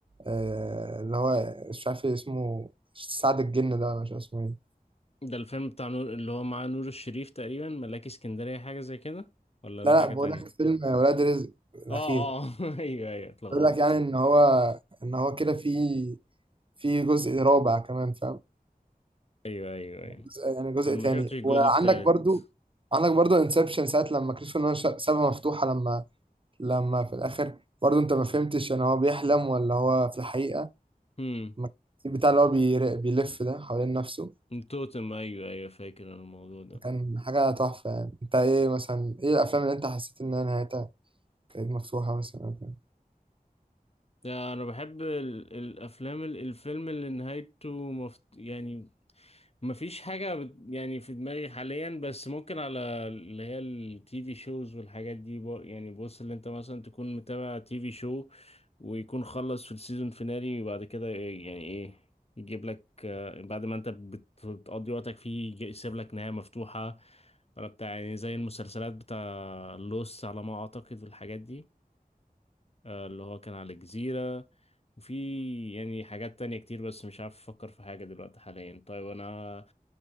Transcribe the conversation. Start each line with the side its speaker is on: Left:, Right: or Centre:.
Right: آه، اللي هو مش عارف إيه اسمه سعد الجن ده ولا مش عارف اسمه ايه
Left: ده الفيلم بتاع نور اللي هو مع نور الشريف تقريبا ملاك اسكندرية حاجة زي كده ولا
Right: لا
Left: ده
Right: لا
Left: حاجة تانية
Right: بقول لك فيلم ولاد رزق الأخير
Left: اه اه <laughs> ايوه ايوه اتلخبطت
Right: بيقول لك يعني إن هو إن هو كده في في جزء رابع كمان فاهم
Left: ايوه ايوه ايوه
Right: جزء يعني جزء
Left: انا ما
Right: تاني
Left: شفتش الجزء
Right: وعندك
Left: التالت
Right: برضو عندك برضو انسبشن ساعة لما كريستوفر نولان شا- سابها مفتوحة لما لما في الآخر برضو أنت ما فهمتش يعني هو بيحلم ولا هو في الحقيقة
Left: هم
Right: ما- البتاع اللي هو بير- بيلف ده حوالين نفسه
Left: التوتم ايوه ايوه فاكر انا الموضوع ده
Right: كان حاجة تحفة يعني أنت إيه مثلا إيه الأفلام اللي أنت حسيت إن هي نهايتها كانت مفتوحة مثلا أو كده
Left: ده انا بحب ال- الافلام ال- الفيلم اللي نهايته مفت... يعني مفيش حاجة بت- يعني في دماغي حاليا بس ممكن على اللي هي التي في شوز والحاجات دي بو يعني بص اللي انت مثلا تكون متابع تي في شو ويكون خلص في السيزون فينالي وبعد كده إيه، يعني ايه يجيب لك آه، بعد ما انت بت- بتقضي وقتك فيه يجي- يسيب لك نهاية مفتوحة ولا بتاع يعني زي المسلسلات بتاع لوس على ما اعتقد والحاجات دي آه، اللي هو كان على الجزيرة وفي يعني حاجات تانية كتير بس مش عارف أفكر في حاجة دلوقتي حاليا طيب أنا